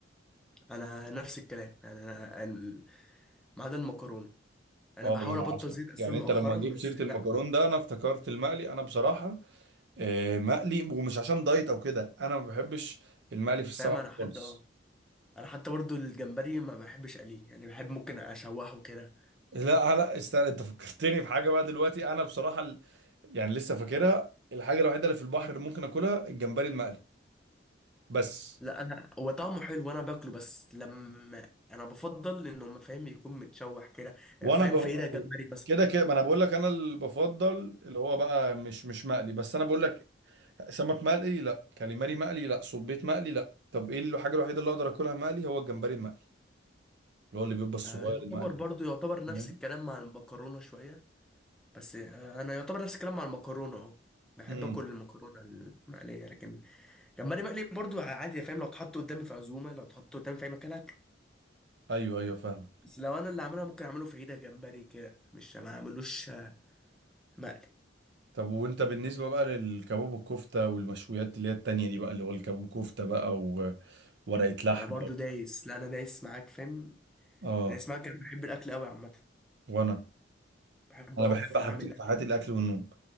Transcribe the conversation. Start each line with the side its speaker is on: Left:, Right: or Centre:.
Centre: انا نفس الكلام يعني انا أنا- ما عدا المكرونه انا
Right: اه
Centre: بحاول
Right: ما انا
Centre: ابطل
Right: عشان
Centre: زيت اصلا
Right: يعني
Centre: مؤخرا
Right: انت لما جبت
Centre: بس
Right: سيره
Centre: لا
Right: المكرون ده انا افتكرت المقلي انا بصراحه آه، مقلي ومش عشان دايت او كده انا ما بحبش المقلي في السمك
Centre: فاهم انا حد
Right: خالص
Centre: اه انا حتى برضو الجمبري ما بحبش اقليه يعني بحب ممكن اشوحه كده
Right: لا آه، لا استنى انت فكرتني في حاجه بقى دلوقتي انا بصراحه ال- يعني لسه فاكرها الحاجه الوحيده اللي في البحر اللي ممكن اكلها الجمبري المقلي بس
Centre: لا انا هو طعمه حلو وانا باكله بس لما انا بفضل انه ما فاهم يكون متشوح كده
Right: وانا
Centre: فاهم
Right: ب...
Centre: فايدة جمبري مثلا
Right: كده كده ما انا بقول لك انا اللي بفضل اللي هو بقى مش مش مقلي بس انا بقول لك سمك مقلي لا كاليماري مقلي لا صبيت مقلي لا طب ايه الحاجه الوحيده اللي اقدر اكلها مقلي هو الجمبري المقلي اللي هو اللي بيبقى الصغير
Centre: آه، يعتبر
Right: المقلي
Centre: برضو يعتبر
Right: تمام
Centre: نفس الكلام مع المكرونة شوية بس آه، انا يعتبر نفس الكلام مع المكرونه اهو بحب
Right: امم
Centre: اكل المكرونه المقليه لكن جمبري مقلي برضو عادي فاهم لو اتحط قدامي في عزومه لو اتحط قدامي في اي مكان اكل
Right: ايوه ايوه فاهمك
Centre: بس لو انا اللي عاملها ممكن اعمله في عيده جمبري كده مش ما اعملوش آه، مقلي
Right: طب وانت بالنسبه بقى للكباب والكفته والمشويات اللي هي التانية دي بقى اللي هو الكباب وكفته بقى وورقه لحمه
Centre: انا برضو دايس لا انا دايس معاك فاهم
Right: اه
Centre: دايس معاك انا بحب الاكل قوي عامه
Right: وانا
Centre: بحب
Right: انا
Centre: اقف
Right: بحب حاجتين
Centre: اعمل
Right: في
Centre: اكل
Right: حياتي الاكل والنوم